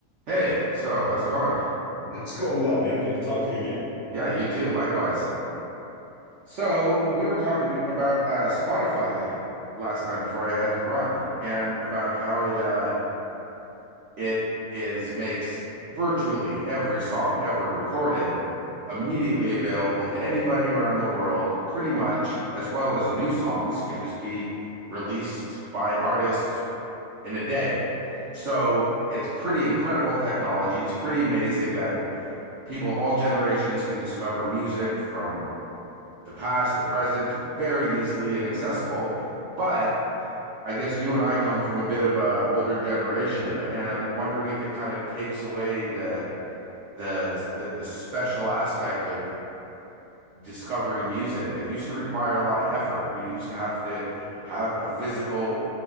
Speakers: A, on the right; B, on the left.
A: Hey, so how's it going?
B: It's going well, man. Good to talk to you again.
A: Yeah, you too, likewise. So, we were talking be- about uh Spotify last time before I had to run and about how it uh it is makes virtually every song ever recorded immediately available to anybody around the world, pretty much, as well as new songs can just be released by artists in a day. So, it's pretty incredible technology. It's pretty amazing that People of all generations can discover music from the past, the present, very easily and accessible. But I guess you and I come from a bit of an older generation and wondering if it kind of takes away the the the, the special aspect of discovering music that used to require a lot of effort. You used to have to have a physical